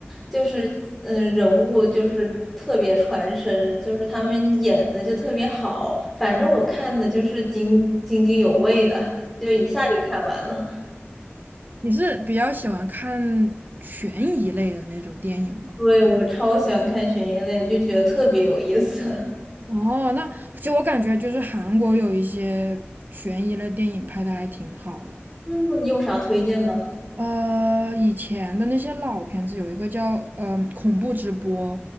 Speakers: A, in the centre; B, on the right.
A: 就是嗯、呃人物就是特别传神，就是他们演的就特别好，反正我看的就是津津津有味的，就一下就看完了。
B: 你是比较喜欢看悬疑类的那种电影吗？
A: 对，我超喜欢看悬疑类就觉得特别有意思。<laughs>
B: 哦，那其实我感觉就是韩国有一些悬疑类电影拍的还挺好的。
A: 嗯，你有啥推荐的？
B: 呃，以前的那些老片子有一个叫嗯、呃恐怖直播》，